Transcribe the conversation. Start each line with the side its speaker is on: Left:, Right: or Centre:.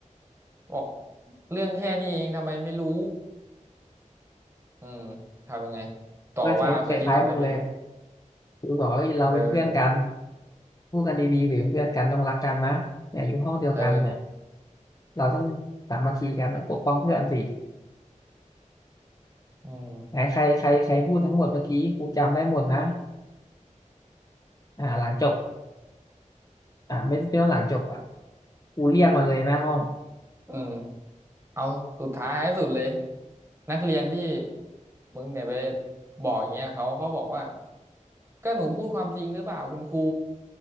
Right: บอกเรื่องแค่นี้เองทำไมไม่รู้อืมทำยังไงต่อว่าเพื่อนที่ทำไม่เป็น
Left: ก็ใช้คล้ายๆมึงเลยกูบอกว่าเราเป็นเพื่อนกัน
Right: เออ
Left: พูดกันดีๆหรือเป็นเพื่อนกันต้องรักกันนะเนี่ยอยู่ห้องเดียวกันเนี่ย
Right: เออ
Left: เราต้องสามัคคีกันต้องปกป้องเพื่อนสิ
Right: อืม
Left: ไหนใครใครใครพูดทั้งหมดเมื่อกี้ครูจำได้หมดนะอ่าหลังจบอ่าไม่ไม่ต้องหลังจบอ่ะครูเรียกมาเลยหน้าห้อง
Right: เออเอาสุดท้ายให้สุดเลยนักเรียนที่มึงเนี่ยไปบอกอย่างเงี้ยเขาเขาบอกว่าก็หนูพูดความจริงหรือเปล่าคุณครู